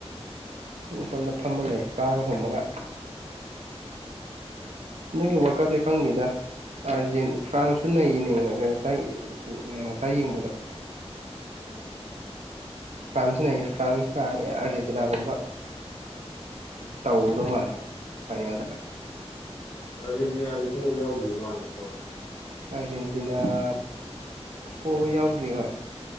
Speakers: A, on the right; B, on the left.
A: ꯁꯣꯝꯗ ꯐꯝꯃꯜꯂꯦ ꯀꯥꯡ ꯍꯣꯝꯃꯒ ꯅꯪꯒꯤ ꯋꯥꯔꯜ ꯀꯞꯁꯦ ꯈꯪꯗꯦꯗ ꯑꯥꯔꯖꯦꯟ ꯐ꯭ꯔꯥꯟꯁꯁꯨ ꯅꯩꯌꯦꯅꯦ ꯉꯁꯥꯏ ꯉꯁꯥꯏ ꯌꯦꯡꯕꯗꯣ
B: ꯎꯝ
A: ꯁꯤ ꯐ꯭ꯔꯥꯟꯁꯀ ꯑꯥꯔꯖꯦꯟꯇꯤꯅꯥꯒꯨꯝꯕ ꯇꯧꯒꯗꯧ ꯃꯥꯜꯂꯦ ꯐꯥꯏꯅꯦꯜꯗ
B: ꯔꯥꯖꯦꯟꯇꯤꯅꯥꯗꯤ ꯄꯣꯛꯑꯕ ꯌꯥꯎꯗ꯭ꯔꯤꯕ ꯃꯥꯜꯂꯦꯀꯣ
A: ꯑꯥꯔꯖꯦꯟꯇꯤꯅꯥꯕ ꯄꯣꯕ ꯌꯥꯎꯗ꯭ꯔꯤ ꯍꯣꯏ